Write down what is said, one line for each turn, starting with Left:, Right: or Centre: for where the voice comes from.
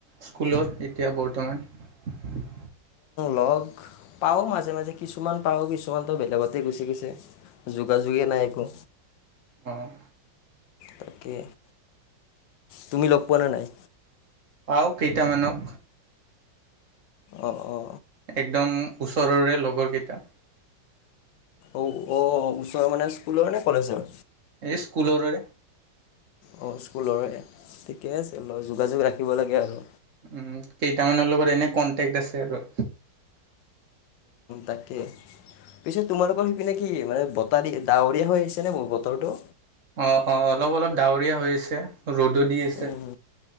Right: স্কুলৰ এতিয়া বৰ্তমান
Left: লগ পাও মাজে - মাজে কিছুমান পাও কিছুমানতো বেলেগতে গুচি গুছে যোগাযোগে নাই একো।
Right: অ',
Left: তাকে তুমি লগ পোৱা ন নাই।
Right: বাও কেইটামানক
Left: অ - অ।
Right: একদম ওচৰৰে লগৰকেইটা।
Left: অ - অ ওচৰৰ মানে স্কুলৰ নে কলেজৰ।
Right: এই স্কুলৰে।
Left: অ, স্কুলৰে ঠিকে আছে ল যোগাযোগ ৰাখিব লাগে আৰু।
Right: উম, কেইটামানৰ লগত এনে কনটেক্ট আছে আৰু।
Left: তাকে পিছে তোমালোকৰ সেইপিনে কি মানে বতাৰ ডাৱৰীয়া হৈ আহিছে নে বতৰটো।
Right: অ - অ অলপ - অলপ ডাৱৰীয়া হৈ আছে। ৰ'দো দি আছে।
Left: উম,